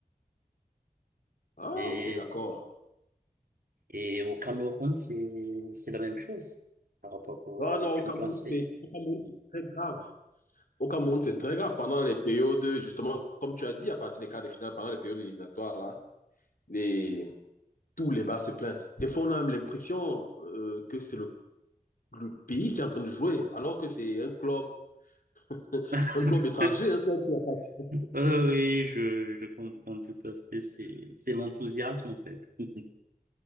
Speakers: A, on the left; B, on the right.
A: Ah,
B: fait.
A: ok, d'accord.
B: Et au Cameroun, c'est, c'est la même chose par rapport au
A: Ah non, au
B: Champions
A: Cameroun,
B: League.
A: c'est, au Cameroun, c'est très grave. Au Cameroun, c'est très grave. Pendant les périodes, justement, comme tu as dit, à partir des quarts de finale, pendant les périodes éliminatoires, là, les, tous les bars, c'est plein. Des fois, on a même l'impression euh, que c'est le le pays qui est en train de jouer, alors que c'est un club, <laughs>
B: <laughs>
A: un club étranger, un club qui a pas.
B: Oh oui, je, je comprends tout à fait. C'est, c'est l'enthousiasme, en fait. <laughs>